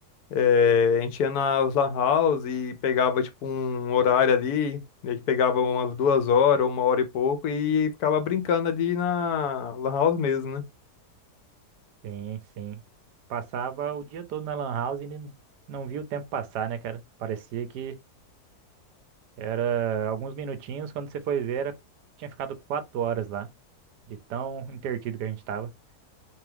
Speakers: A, on the left; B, on the right.
A: É, a gente ia nas lan house e pegava tipo um horário ali, meio que pegava umas duas horas, uma hora e pouco e ficava brincando ali na lan house mesmo, né?
B: Sim, sim. Passava o dia todo na Lan House e nem- não via o tempo passar, né, cara? Parecia que era alguns minutinhos, quando você foi ver, era... tinha ficado quatro horas lá, de tão entretido que a gente tava.